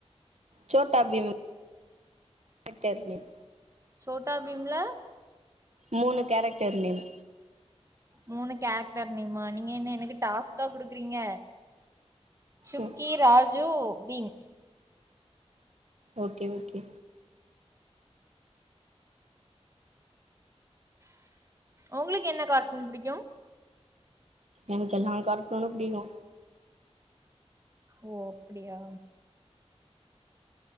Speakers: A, on the right; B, on the right.
A: சோட்டா பீம் <unintelligible> நேம்
B: சோட்டா பீம்ல
A: மூணு கேரக்டர் நேம்
B: மூணு கேரக்டர் நேமா நீங்க என்ன எனக்கு டாஸ்கா குடுக்குறீங்க சுக்கி
A: ம்
B: ராஜு பீம்
A: ஓகே ஓகே
B: உங்ளுக்கு என்ன கார்ட்டூன் புடிக்கு
A: எனக்கெல்லாங் கார்ட்டூனு பிடிக்கு
B: ஓ அப்டியா